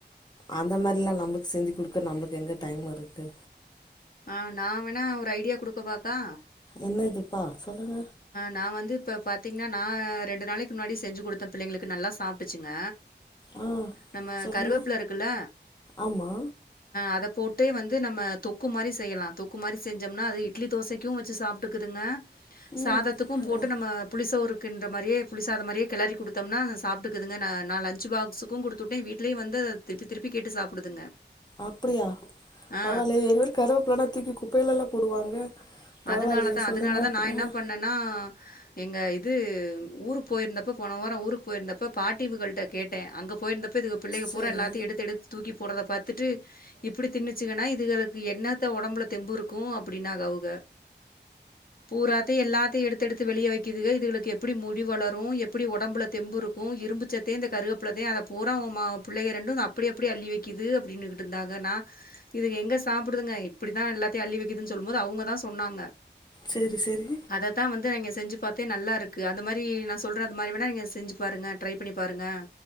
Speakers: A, on the left (about 25°); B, on the left (about 55°).
A: அந்த மாரில்லா நம்மள்க்கு செஞ்சு கொடுக்க நம்மள்க்கு எங்க டைம் இருக்கு
B: அ நா வேணா ஒரு ஐடியா குடுக்க வாக்கா
A: என்ன இதுப்பா சொல்லுங்க
B: நா வந்து இப்ப பாத்தீங்கன்னா நா ரெண்டு நாளைக்கு முன்னாடி செஞ்சு கொடுத்தே பிள்ளைங்களுக்கு நல்லா சாப்பிட்டுச்சுங்க
A: ஆ
B: நம்ம
A: சொல்லுங்க
B: கருவேப்பல இருக்குல்ல
A: ஆமா
B: அத போட்டு வந்து நம்ம தொக்கு மாரி செய்யலா தொக்கு மாரி செஞ்சோம்னா அது இட்லி தோசைக்கு வச்சு சாப் இருக்குதுங்க
A: ம்
B: சாதத்துக்கு
A: பரவா
B: போட்டு நம்ம புளிசோறு கின்ற மாரியே புளிசாத மாரியே கிளறி குடுத்தம்னா சாப்டுக்குதுங்க நா லன்ச் பாக்ஸுக்கு குடுத்துட்டே வீட்டு வீட்லயு வந்து அத திருப்பி திருப்பி கேட்டு சாப்பிடுதுங்க
A: அப்டியா
B: ஆ
A: பரவா இல்லேயே எங்க வீட கருவேப்பலனா தூக்கி குப்பையிலல்ல போடுவாங்க பரவாயில்லையே
B: அதுனாலதா
A: சொல்லுங்க
B: அதுனாலதா நா
A: ஆ
B: என்ன பண்ணேன்னா எங்க இது ஊருக் போயிருந்தப்ப போன வாரோ ஊருக்கு போயிருந்தப்ப பாட்டி வ்வுகள்ட்ட கேட்டே அங்க போயிருந்தப்ப இதுங்க பிள்ளைங்க
A: சரி
B: பூறா எல்லாத்தையு எடுத்து எடுத்து தூக்கி போறத பாத்துட்டு இப்டி தின்னுச்சுங்கன்னா இதுகளுக்கு என்னத்த உடம்புல தெம்பு இருக்கு அப்டின்னாங்கா அவுக பூராத்தையு எல்லாத்தையு எடுத்து எடுத்து வெளிய வைக்குதுக இதுகளுக்கு எப்டி முடி வளரு எப்டி உடம்புல தெம்பு இரு க்கு இரும்புச்சத்தே இந்த கருகப்புள்ள தா அத பூரா ஒ ம புள்ளைக ரெண்டு அப்டி அப்டியே அள்ளி வைக்குது அப்டினு இருந்தாங்க நா இதுக எங்க சாப்டுதுங்க இப்டி தா எல்லாத்தையு அள்ளி வைக்கதுன்னு சொல்லுபோது அவுங்க தா சொன்னாங்க
A: சரி சரி
B: அத தா வந்து நா இங்க செஞ்சு பாத்தே நல்லாருக்கு அந்த மாரி நா சொல்ற அந்த மாரி வேணா நீங்க செஞ்சு பாருங்க ட்ரை பண்ணி பாருங்க